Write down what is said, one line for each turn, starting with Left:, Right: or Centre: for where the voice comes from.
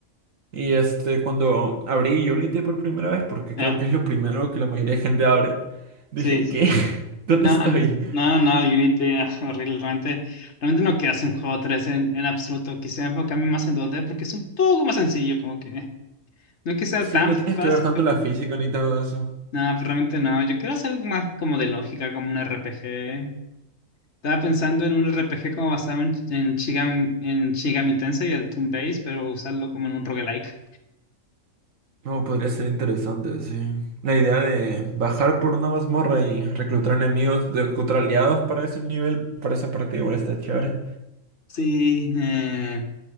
Right: Y este, cuando abrí Unity por primera vez, porque creo
Left: Ah,
Right: que es lo primero que la mayoría de gente abre, dije,
Left: sí,
Right: ¿qué? <laughs> ¿Dónde
Left: Ah,
Right: estoy?
Left: No, no, no, el Unity ah, horrible. Realmente, realmente no quiero hacer un juego 3 en, en absoluto. Quisiera enfocarme más en dos d porque es un poco más sencillo, como que no que sea
Right: Sí,
Left: tan
Right: no
Left: fácil,
Right: tienes que ver tanto
Left: pero
Right: la física ni todo eso.
Left: no, pero realmente no. Yo quiero hacer algo más como de lógica, como un RPG. Estaba pensando en un RPG como basado en, en, Shigami, en Shigami Tensei y el Toon Base, pero usarlo como en un roguelike.
Right: No, podría ser interesante, sí. La idea de bajar por una mazmorra y reclutar enemigos, de- contra aliados para ese nivel, para esa partida, igual está chévere.
Left: Sí, eh,